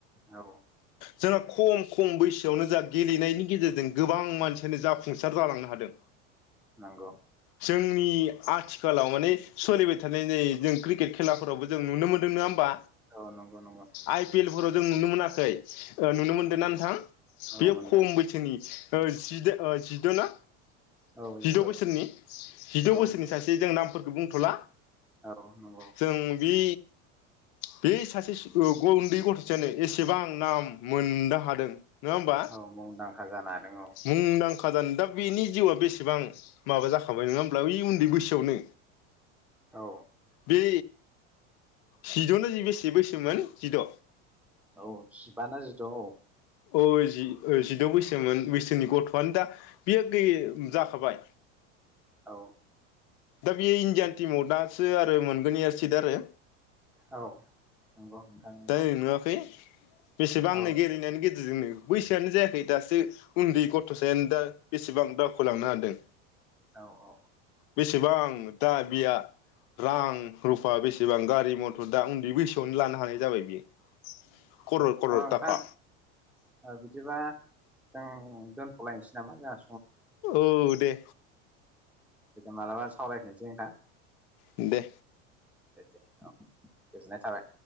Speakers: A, in the centre; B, on the left.
A: औ
B: जोंना खम खम बैसोआवनो जा गेलेनायनि गेजेरजों गोबां मानसि दिनै जाफुंसार जालांनो हादों
A: नंगौ
B: जोंनि आथिखालाव माने सोलिबाय थानाय नै जों क्रिकेट खेलाफोरावबो जों नुनो मोनदों नोंङा होमबा
A: औ नंगौ नंगौ
B: आइ पि एल फोराव जों नुनो मोनाखै ओ नुनो मोनदों ना नोंथां
A: औ
B: बेयो
A: मोनदों
B: खम बैसोनि जिदो जिद' ना
A: औ
B: जिद'
A: जिथु
B: बोसोरनि जिद'
A: औ
B: बोसोरनि सासे जों ना बुंथ'ला
A: औ नंगौ
B: जों बे बे हि सासे स्कुलाव उन्दै गथ' जेनै एसेबां नाम मोननो हादों नङा होमबा
A: औ मुंदांखा जानो हादों
B: मुंदां खादान दा बेनि जिउआ बेसेबां माबा जाखाबाय नङा होमब्ला इ उन्दै बैसोआवनो
A: औ
B: बे जिद'नो जि बेसे बैसोमोन जिद'
A: औ जिबाना जिद' औ
B: औ ओ जि जिद' बैसोमोन बैसोनि गथ'आनो दा बियो गै जाखाबाय
A: औ
B: दा बेयो इण्डियान टीमाव दासो आरो मोनगोन इयो सिट आरो
A: औ नंगौ नोंथां नंगौ
B: दायरेख नुवाखै बेसेबांनो
A: औ
B: गेलेनायनि गेजेरजोंनो बैसोआनो जायाखै दासो उन्दै गथ'सायानो दा बेसेबां दावखो लांनो हादों
A: औ औ
B: बेसेबां दा बिया रां रुफा बेसेबां गारि मथर दा उन्दै बैसोआवनो लानो हानाय जाबाय बियो करर करर
A: औ नोंथां
B: थाखा
A: औ बिदिबा जों दोनथ'लायनोसै नामा जों
B: औ दे
A: मालाबा सावरायफिनसै नोंथां
B: दे
A: दे दे औ गोजोननाय थाबाय